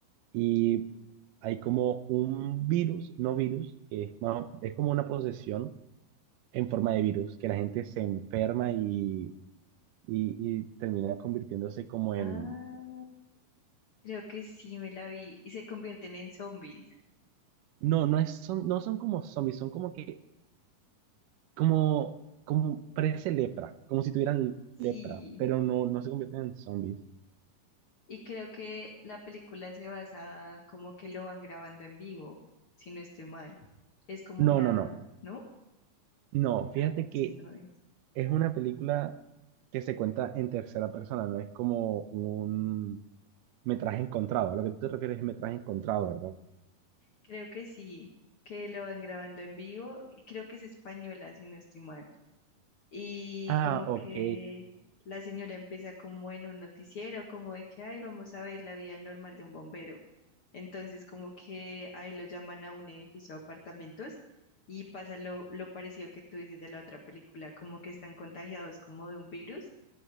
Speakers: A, on the right; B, on the left.
A: y hay como un virus, no virus, que es, más- es como una posesión en forma de virus, que la gente se enferma y, y, y termina convirtiéndose como en...
B: Ah, creo que sí me la vi. Y se convierten en zombies.
A: No, no, es, son, no son como zombies, son como que, como, como parece lepra, como si tuvieran
B: Sí.
A: lepra, pero no, no se convierten en zombies.
B: Y creo que la película se basa como que lo van grabando en vivo, si no estoy mal. Es como
A: No,
B: una,
A: no, no,
B: ¿no?
A: no, fíjate
B: Ah, entonces
A: que
B: no es.
A: es una película que se cuenta en tercera persona, no es como un metraje encontrado. A lo que tú te refieres es metraje encontrado, ¿verdad?
B: Creo que sí, que lo van grabando en vivo y creo que es española, si no estoy mal. y
A: Ah,
B: como que
A: ok,
B: la señora empieza como en un noticiero, como de que, ay, vamos a ver la vida normal de un bombero. Entonces como que ahí lo llaman a un edificio de apartamentos y pasa lo, lo parecido que tú dices de la otra película, como que están contagiados como de un virus,